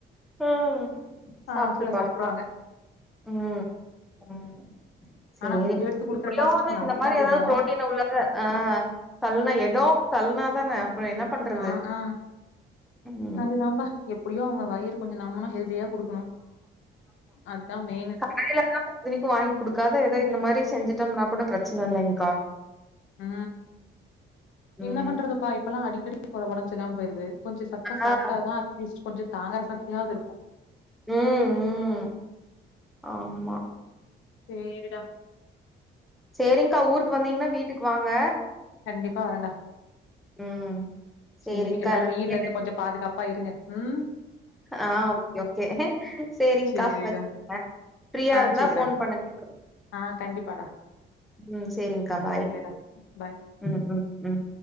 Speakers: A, in the centre; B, on the left.
A: ம்.
B: ஆ
A: சாப்பிட்டு
B: ஃபுல்லா
A: பழக்கம்.
B: சாப்ட்ருவாங்க
A: ம் ம் சேரி
B: ஆனா முள்ளு எடுத்து குடுக்குற
A: இப்பில்லா
B: டாஸ்க்கு
A: ஒன்னு
B: நமக்கு
A: இந்த மாதிரி
B: தா தெரியு
A: எதாவது புரோட்டீன் உள்ளத ஆ தல்னா
B: ம்
A: எதோ தல்னாதானே அப்புற என்ன பண்றது
B: ஆ ஆ
A: ம்
B: அதுதாம்பா எப்படியோ அவங்க வயிறு கொஞ்ச நம்மனு ஹெல்தியா குடுக்கணு அதான் மெயின்னு
A: கடையிலலா இத்தனைக்கும் வாங்கி குடுக்காது ஏதது இந்த மாதிரி செஞ்சுட்டோம்னா கூட பிரச்சனை இல்லைங்க்கா
B: ஆ
A: ம்.
B: என்ன பண்றதுப்பா இப்பலா அடிக்கடி ஒடம் சரில்லாம போயிருது கொஞ்ச சத்த சாப்ட்டா
A: ஆ
B: தா அட்லீஸ்ட் கொஞ்ச தாங்குற சக்தியாது இருக்கு
A: ம் ம் ஆமா
B: சேரிடா
A: சேரிங்க்கா ஊருக்கு வந்தீங்கன்னா வீட்டுக்கு வாங்க
B: கண்டிப்பா வரண்டா
A: ம் சேரிங்க்கா
B: சேரி எல்லாரு
A: எல்லாத்தையு
B: வெயில்லந்து கொஞ்ச பாதுகாப்பா இருங்க ம்
A: ஆஹ ஓகே ஓகே சேரிங்க்கா
B: சேரிடா
A: வெச்சுறே ஃபிரீயா
B: ஆ
A: இருந்தா
B: சேரிடா
A: ஃபோன் பண்ணுங்கக்கா
B: ஆ கண்டிப்பாடா
A: ம் சேரிங்க்கா பாய்
B: சேரிடா பாய்
A: ம் ம் ம்